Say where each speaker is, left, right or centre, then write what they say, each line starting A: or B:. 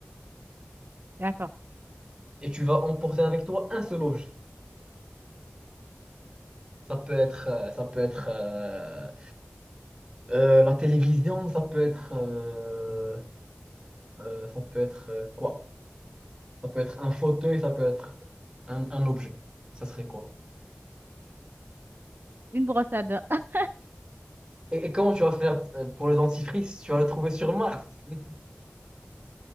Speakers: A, on the right; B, on the right.
A: D'accord.
B: et tu vas emporter avec toi un seul objet. Ça peut être, euh, ça peut être euh, euh, la télévision, ça peut être, euh, euh, ça peut être euh, quoi? Ça peut être un fauteuil, ça peut être un, un objet. Ça serait quoi?
A: Une brosse à dents. <laughs>
B: Et, et comment tu vas faire euh, pour le dentifrice? Tu vas le trouver sur Mars. <laughs>